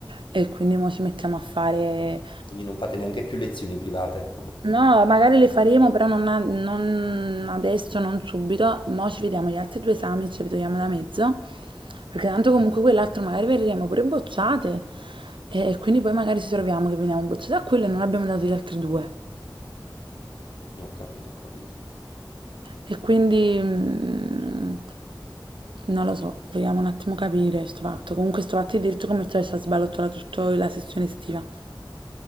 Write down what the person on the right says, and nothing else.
e quindi mo ci mettiamo a fare
No, magari le faremo, però non, a- non adesso, non subito. Mo' ci vediamo gli altri due esami e ce li togliamo da mezzo. Perché tanto comunque quell'altro magari verremo pure bocciate. E quindi poi magari ci troviamo che veniamo bocciate a quello e non abbiamo dato gli altri due.
E quindi... mm, non lo so, vediamo un attimo capire sto fatto. Comunque sto fatto di diritto commerciale ci ha sballottola tutta la sessione estiva.